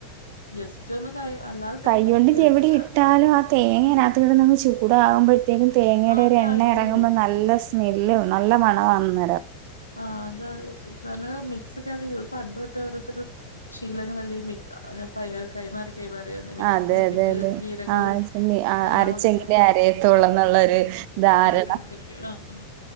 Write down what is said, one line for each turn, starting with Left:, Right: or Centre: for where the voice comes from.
Left: ജസ്റ്റ് ഒന്ന് ക അല്ലാതെ തേങ്ങ
Right: കൈയൊണ്ട്
Left: ഇട്ട് ജസ്റ്റ്
Right: ഞവിടി ഇട്ടാലും ആഹ് തേങ്ങ അതിനകത്ത് കിട്ട് നമ്മക്ക് ചൂടാകുമ്പോഴ <unintelligible> തേങ്ങയുടെ
Left: ആ അങ്ങ്
Right: ഒരു എണ്ണ
Left: ആയിക്കോളൂ
Right: ഇറങ്ങുമ്പോൾ നല്ല സ്മെല്ലും നല്ല മണ അന്നാരം
Left: ആഹ് അത് ല്ല മിക്സ് ഒക്ക പണ്ട് തൊട്ടേ ഓരോരുത്തരു ശീലങ്ങളല്ലേ കൈമാറി കൈമാറിയന്ന മിക്സിക്കത്തിട്ട്
Right: അതെ അതെ അതെ
Left: ജീരകവും
Right: ആഹ്
Left: എല്ലാം
Right: അരച്ചെങ്കിലേ
Left: കൊണ്ടിട്ട്
Right: അരയത്തുള്ളന്നുള്ളൊരു ധാരണ
Left: <unintelligible> ആഹ് ആഹ്